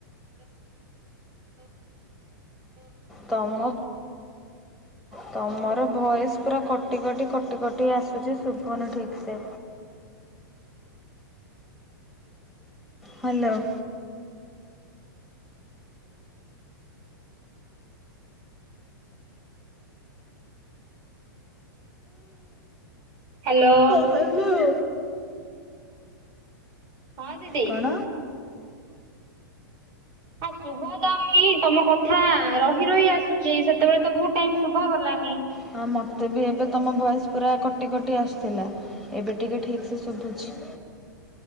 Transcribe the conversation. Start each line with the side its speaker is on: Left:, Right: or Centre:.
Centre: ତମ ତମର ଭଏସ୍ ପୁରା କଟି କଟି କଟି କଟି ଆସୁଛି ଶୁଭୁନି ଠିକ୍ ସେ। ହ୍ୟାଲୋ।
Right: ହ୍ୟାଲୋ।
Centre: ହାଲୋ।
Right: ହଁ ଦିଦି।
Centre: କଣ
Right: ହଁ ଶୁଭା ଯାଉନି ତମ କଥା ରହି ରହି ଆସୁଛି ସେତେବେଳେ ତ ବହୁତ ଟାଇମ୍ ଶୁଭା ଗଲାନି।
Centre: ହଁ ମୋତେ ବି ଏବେ ତମ ଭଏସ୍ ପୁରା କଟି କଟି ଆସୁଥିଲା ଏବେ ଟିକେ ଠିକ୍ ସେ ଶୁଭୁଛି।